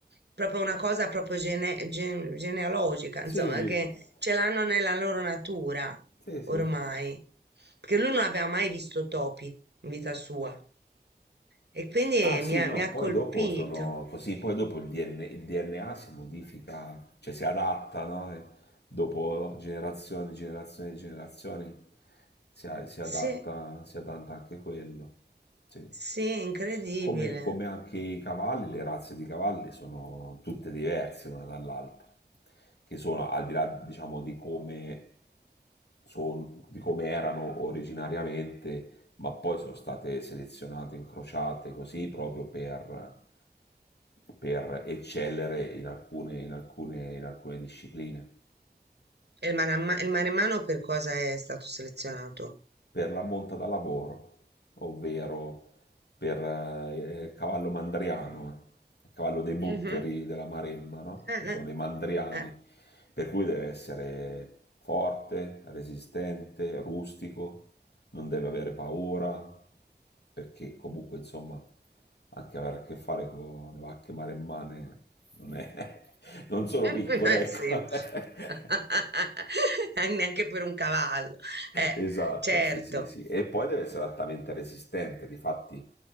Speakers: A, on the right; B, on the left.
A: proprio una cosa proprio gene- gen- genealogica,
B: Sì,
A: insomma,
B: sì,
A: che ce l'hanno nella loro natura
B: sì, sì.
A: ormai. Perché lui non aveva mai visto topi, in vita sua. E quindi eh,
B: Ah sì,
A: mi ha,
B: no,
A: mi ha
B: poi
A: colpito.
B: dopo sono così, poi dopo il DN il DNA si modifica, cioè si adatta, no? E Dopo generazioni, generazioni, generazioni si, a- si adatta,
A: Sì,
B: si adatta anche quello. Sì.
A: sì, incredibile.
B: Come, come anche i cavalli, le razze di cavalli sono tutte diverse l'una dall'altra, che sono al di là, diciamo, di come son- di come erano originariamente, ma poi sono state selezionate, incrociate così proprio per, per eccellere in alcune- in alcune- in alcune discipline.
A: E il Maremma- il Maremmano per cosa è stato selezionato?
B: per la monta da lavoro, ovvero per eh, il cavallo mandriano, eh, il cavallo dei butteri
A: Mhm.
B: della Maremma, no?
A: Eh,
B: che sono
A: eh,
B: i mandriani,
A: eh.
B: per cui deve essere forte, resistente, rustico, non deve avere paura, perché comunque insomma anche avere a che fare con le vacche maremmane non, è, <laughs> non sono
A: <laughs>
B: piccole,
A: Non è semplice.
B: ecco.
A: <laughs>
B: <laughs>
A: Neanche per un cavallo. Eh,
B: Esatto,
A: certo,
B: sì, sì, sì. E poi deve essere altamente resistente. Difatti, voglio